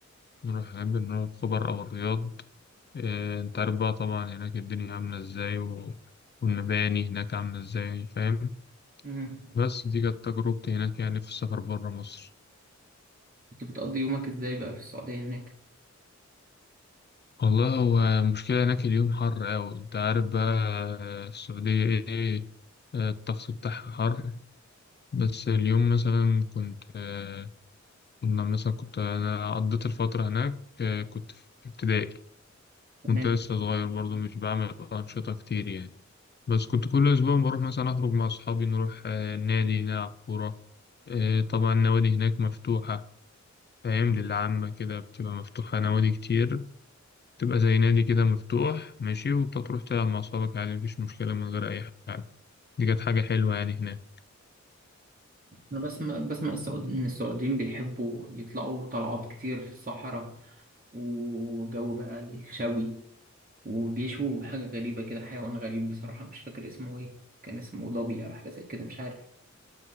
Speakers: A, on the left; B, on the right.
A: نروح نحب نروح الخبر أو الرياض آه، أنت عارف بقى طبعا هناك الدنيا عاملة إزاي و... والمباني هناك عاملة إزاي فاهم
B: مم.
A: بس دي كانت تجربتي هناك يعني في السفر برا مصر
B: كنت بتقضي يومك ازاي بقى في السعودية هناك
A: والله هو المشكلة هناك اليوم حر أوي أنت عارف بقى آه، السعودية إيه آه، الطقس بتاعها حر بس اليوم مثلا كنت آه، كنا مثلا كنت أنا قضيت الفترة هناك آه، كنت في ابتدائي
B: تمام
A: كنت لسه صغير برضو مش بعمل أنشطة كتير يعني بس كنت كل أسبوع بروح مثلا أخرج مع أصحابي نروح آه، النادي نلعب كورة آه، طبعا النوادي هناك مفتوحة فاهم للعامة كده بتبقى مفتوحة نوادي كتير بتبقى زي نادي كده مفتوح ماشي وبتروح تلعب مع أصحابك عادي مفيش مشكلة من غير أي حاجة دي كانت حاجة حلوة يعني هناك
B: انا بسمع بسمع السعود... ان السعوديين بيحبوا يطلعوا طلعات كتير في الصحراء وجو بقى الشوي وبيشوا حاجة غريبة كده حيوان غريب بصراحة مش فاكر اسمه ايه كان اسمه ضبي أو حاجة زي كده مش عارف